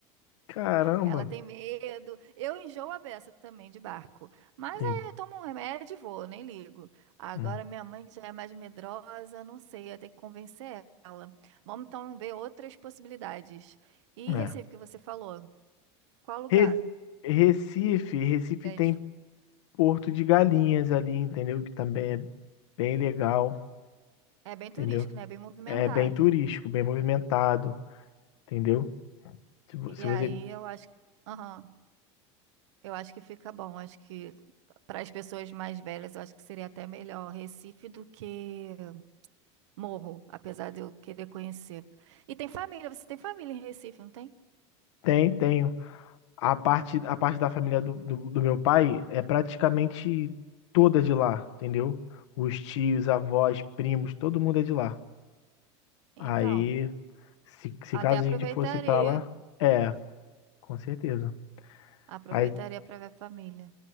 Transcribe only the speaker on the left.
caramba.
Sim.
hum,
É.
Re- Recife, Recife
tem
Porto de Galinhas ali, entendeu? Que também é bem legal,
entendeu?
É bem turístico, bem movimentado, entendeu? Se, vo-
se
você
tem, tenho. A parte, a parte da família do, do, do meu pai é praticamente toda de lá, entendeu? Os tios, avós, primos, todo mundo é de lá.
Aí Se, se
caso
a gente fosse pra lá, é, com certeza.
Aí,